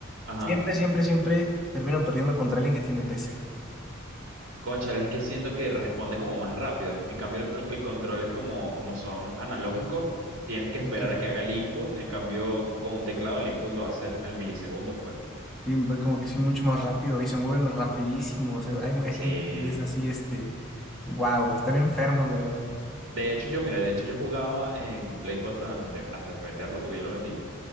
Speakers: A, on the right; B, in the centre.
A: Ajá.
B: Siempre, siempre, siempre termino perdiendo contra alguien que tiene PC.
A: Cónchale, es que siento que responde como más rápido. En cambio, el, co- el control es como, como son analógicos, tienes que esperar
B: Sí, sí.
A: a que haga el input. En cambio, con un teclado el input lo hace al, al milisegundo, pues.
B: Sí, pues como que sí, mucho más rápido y se mueven rapidísimo. o sea, hay, hay
A: Sí.
B: gente que es así, este, wow, están enfermos, de verdad.
A: De hecho, yo, mira, de hecho yo jugaba en Play 4 antes de, antes de venderlo, porque yo lo vendí.